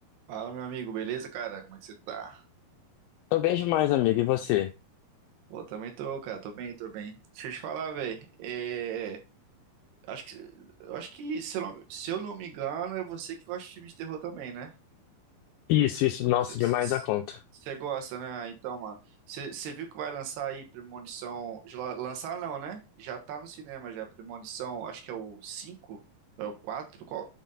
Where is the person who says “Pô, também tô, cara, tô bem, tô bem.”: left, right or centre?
Right